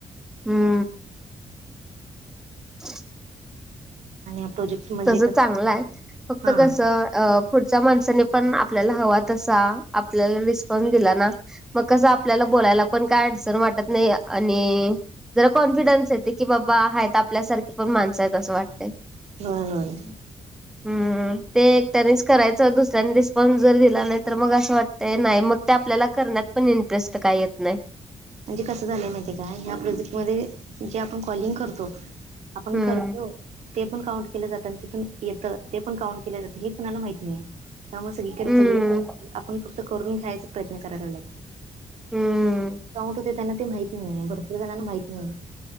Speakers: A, in the centre; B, on the right.
A: हम्म. ह <unintelligible>
B: आणि या प्रोजेक्ट म्हणजे
A: तसं चांगलंय. फक्त
B: हा
A: कसं अ पुढच्या माणसानी पण आपल्याला हवा तसा. आपल्याला रिस्पॉन्स दिला ना. मग कसं. आपल्याला बोलायला पण काय अडचण वाटत नाही. आणि जरा कॉन्फिडन्स येते. की बाबा हायेत आपल्यासारखे पण माणसं आहेत. असं वाटते.
B: होय होय.
A: हम्म. ते एकट्यानेच करायचं. दुसऱ्यानी रिस्पॉन्स जर दिला नाही तर. मग असं वाटतय नाही. मग ते आपल्याला करण्यात पण इंटरेस्ट काय येत नाही.
B: म्हणजे कसं झालंय माहितीे काय. ह्या प्रोजेक्ट मध्ये जे आपण कॉलिंग करतो. आपण
A: हम्म
B: करतो. ते पण काउंट केलं जातं. आणि तिथून येतं ते पण काउंट केलं जातं. हे कोुणाला माहित नाहीत नये. त्यामुळे सगळी कड
A: हम्म
B: सगळी जन आपण फक्त करून घ्यायचा प्रयत्न कराय लागलायत.
A: हम्म.
B: काउंट होते त्यांना ते माहित नाहीये. भरपूर जणांना माहीत नाहीये.